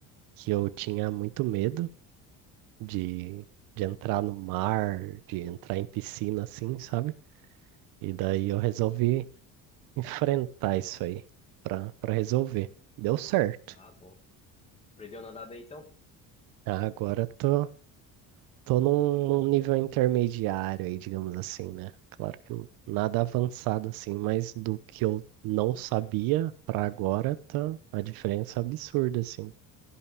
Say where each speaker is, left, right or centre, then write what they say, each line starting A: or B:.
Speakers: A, on the right; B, on the left.
A: que eu tinha muito medo de, de entrar no mar, de entrar em piscina, assim, sabe? E daí eu resolvi enfrentar isso aí pra, pra resolver. Deu certo.
B: Ah, bom. Aprendeu a nadar bem então?
A: Agora tô, Tô num, num nível intermediário aí, digamos assim, né? Claro que n- nada avançado assim, mas do que eu não sabia pra agora tá a diferença é absurda assim.